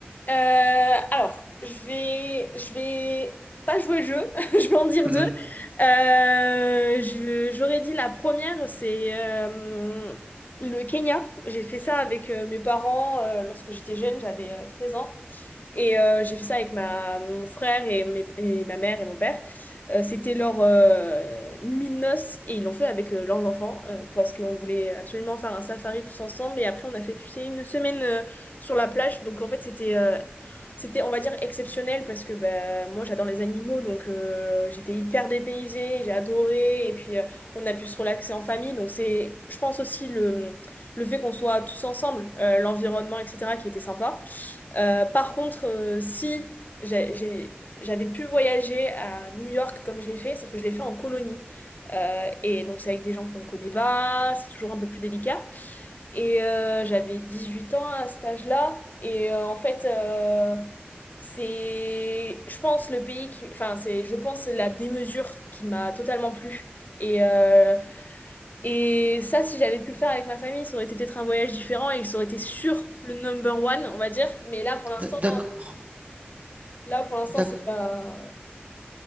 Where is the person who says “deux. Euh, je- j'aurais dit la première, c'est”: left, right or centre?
Left